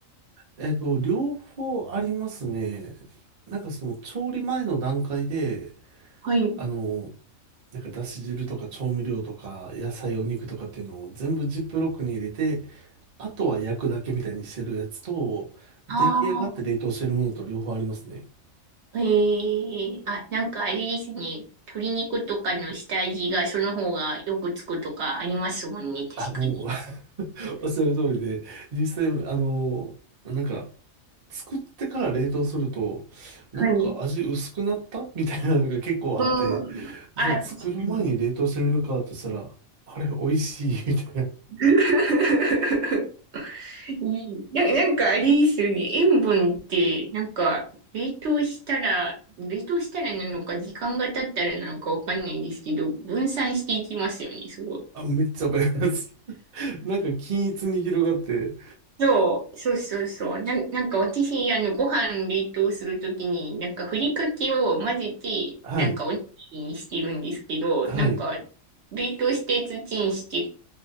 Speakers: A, on the right (about 35°); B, on the right (about 60°).
A: えっと、両方ありますね。なんかその調理前の段階で、
B: はい。
A: あの、なんかだし汁とか調味料とか野菜お肉とかっていうのを全部ジップロックに入れてあとは焼くだけみたいにしてるやつと、
B: あ
A: 出来上がって冷凍してるものと両方ありますね。
B: あ、ええあ、なんかあれですね。鶏肉とかの下味がその方がよくつくとかありますもんね、確かに。
A: あ、もう <laughs> おっしゃる通りで、実際、あの、なんか、作ってから冷凍すると、なんか味薄くなったみたいなのが結構あって、
B: はい。うん。
A: じゃあ作る前に冷凍してみるかとしたら、
B: あ、確かに。
A: あれ、美味しい <laughs> みたいな。
B: <laughs> いいな、なんかあれですよね。塩分って、なんか、冷凍したら、冷凍したらなのか、時間が経ったらなのかわかんないんですけど、分散していきますよね、すごい。
A: あ、めっちゃわかります。なんか均一に広がって、
B: そう、そうそうそう。なん、なんか私、あの、ご飯冷凍するときに、なんかふりかけを混ぜて、
A: はい、
B: なんかおにぎりにしてるんですけど、
A: はい。
B: なんか、冷凍して土にして、